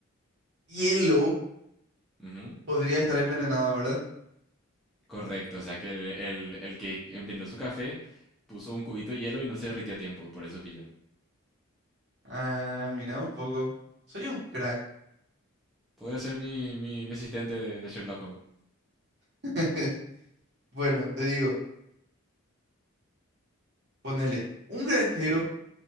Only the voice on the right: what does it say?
hielo
podría estar envenenado, ¿verdad?
Ah, mira un poco. Soy un crack.
<laughs> Bueno, te digo, ponele, un granjero